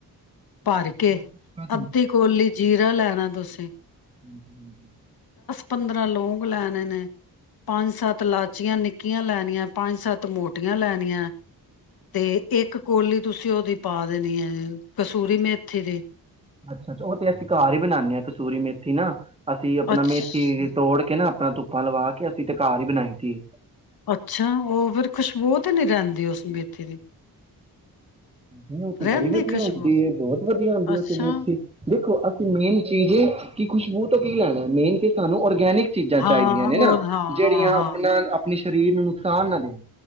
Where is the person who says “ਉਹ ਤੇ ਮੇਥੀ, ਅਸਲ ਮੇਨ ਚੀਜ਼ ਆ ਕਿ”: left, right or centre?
Right